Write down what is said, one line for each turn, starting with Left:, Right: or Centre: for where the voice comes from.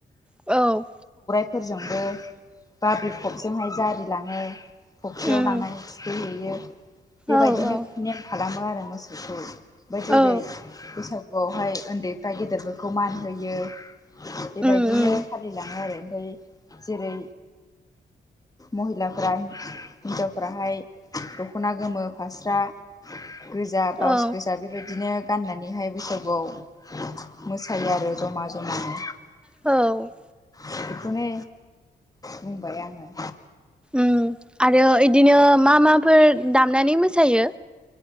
Centre: औ
Left: फोरजोंबो बाब्रिख'बजोंहाय जारिलाङो। फख्रियाव
Centre: उम
Left: लांनानै थुखैहैैयो बेबायदिनो
Centre: औ औ
Left: नेम खालामो आरो मोसौखौ। बा जेरै
Centre: औ
Left: बैसागुआवहाय उन्दैफ्रा गेदेरफोरखौ मान होयो। बेबायदिनो
Centre: उम उम
Left: फालिलाङो आरो ओमफाय जेरै महिलाफ्रा हिन्जावफ्राहाय दख'ना गोमो, फास्रा गोजा बाउस
Centre: औ
Left: गोजा बेबायदिनो गाननानैहाय बैसागुआव मोसायो आरो जमा जमानो।
Centre: औ
Left: बेखौनो बुंबाय आङो।
Centre: उम आरो इदिनो मा माफोर दामनानै मोसायो?